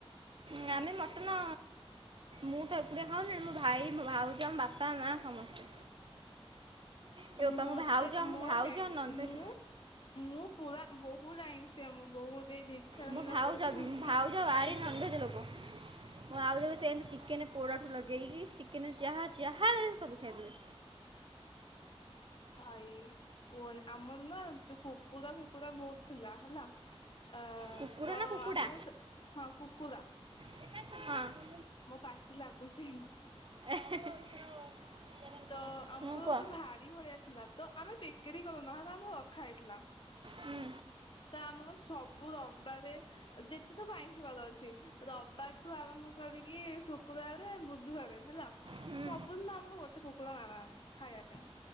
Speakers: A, on the right (about 55°); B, on the left (about 50°).
A: ଯାହାହେନେ ମଟନ ମୁଁ ତ ଏକୁଡେ ଖାଉନି ମୋ ଭାଇ, ଭାଉଜ, ବାପା, ମା ସମସ୍ତେ। ଏ ବାପା
B: ମତେ
A: ମୋ ଭାଉଜ ଆମ
B: ମଁ
A: ଭାଉଜ
B: ଯାଇଛି
A: ନନଭେଜ
B: ମୁଁ ମୁଁ ପୁରା ବହୁତ ଆଇନସି ଆମ ବହୁତ ଏଇ ଦୀକ୍ଷା
A: ମୁଁ
B: ନେଲା
A: ଭାଉଜ
B: ପରଠୁ
A: ବି
B: ମୁଁ ଟିକେ
A: ଭାଉଜ ଭାରି
B: ଆଇଁଷ
A: ନନଭେଜ ଲୋକ। ମୁଁ ଆଉ ଦେବେ ସେ ଏମିତି ଚିକେନ ପୋଡ଼ାଠୁ ଲଗେଇକି ଚିକେନ ଯାହା ଯାହା ସବୁ ଖାଇଦେବେ।
B: ଭାଇ କୁହନି ଆମର ନା ଯୋଉ କୁକୁରା ଫୁକୁରା ବହୁତ ଥିଲା ହେଲା। ଅ
A: କୁକୁର
B: ତ
A: ନା କୁକୁଡ଼ା
B: ଆମ ହଁ କୁକୁରା
A: ହଁ
B: ମୋ ପାଟି ଲାଗୁଛି।
A: <unintelligible>
B: ତ ଆମର
A: ମୁଁ କୁହ
B: ଭାରି ଭଳିଆ ଥିଲା ତ ଆମେ ବିକ୍ରି କରୁନୁ ଆମେ ଆମର ରଖା ହେଇଥିଲା।
A: ହୁଁ,
B: ତ ଆମର ସବୁ ରବାରେ ଯେତେ ସବୁ ଆଇଁଷି ବାଲ ଅଛି ରବିବାରଠୁ ଆରମ୍ଭ କରିକି ଶୁକ୍ରବାର ବୁଧବାର ହେଲା
A: ହୁଁ,
B: ସବୁଦିନ ଆମର ଗୋଟେ କୁକୁର ନାରାମ ଖାଇବା ପାଇଁ।